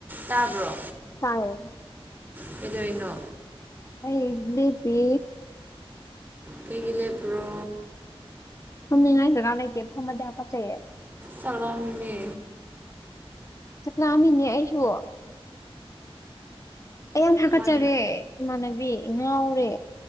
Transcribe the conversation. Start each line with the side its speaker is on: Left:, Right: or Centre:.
Right: ꯇꯥꯕ꯭ꯔꯣ
Left: ꯇꯥꯏ
Right: ꯀꯩꯗꯧꯋꯤꯅꯣ
Left: ꯑꯩ ꯂ‌ꯦꯞꯄꯤ
Right: ꯀꯩꯒꯤ ꯂꯦꯞꯄ꯭ꯔꯣ
Left: ꯐꯝꯅꯤꯡꯉꯥꯏ ꯖꯒꯥ ꯂꯩꯇꯦ ꯐꯝꯃꯗꯤ ꯍꯥꯀꯠꯆꯩꯌꯦ
Right: ꯆꯥꯛ ꯔꯥꯝꯃꯤ
Left: ꯆꯥꯛ ꯂꯥꯝꯃꯤꯅꯦ ꯑꯩꯁꯨ ꯑꯩ ꯌꯥꯝ ꯍꯥꯀꯠꯆꯔꯦ
Right: ꯀꯃꯥꯏ
Left: ꯏꯃꯥꯟꯅꯕꯤ ꯉꯥꯎꯔꯦ